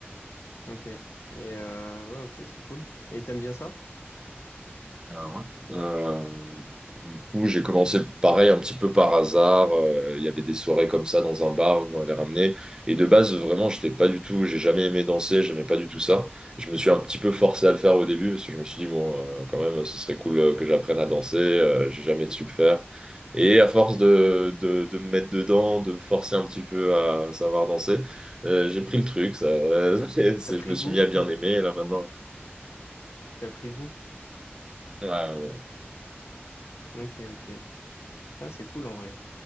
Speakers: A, on the left; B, on the right.
A: ok. Et euh, ouais, ok, c'est cool. Et t'aimes bien ça?
B: Ah ouais. Euh, pour le coup, j'ai commencé pareil un petit peu par hasard. Euh, Il y avait des soirées comme ça dans un bar où on m'avait ramené. Et de base, vraiment, j'étais pas du tout, j'ai jamais aimé danser, j'aimais pas du tout ça. Je me suis un petit peu forcé à le faire au début parce que je me suis dit, bon, euh, quand même, ce serait cool euh, que j'apprenne à danser. Euh, j'ai jamais su le faire. Et à force de, de, de me mettre dedans, de me forcer un petit peu à savoir danser, euh, j'ai pris le truc. Ça, <laughs> je
A: T'as pris
B: me suis
A: goût?
B: mis à bien aimer. Et là maintenant,
A: T'as pris goût?
B: ouais, voilà.
A: Ok, ok. Ah, c'est cool en vrai.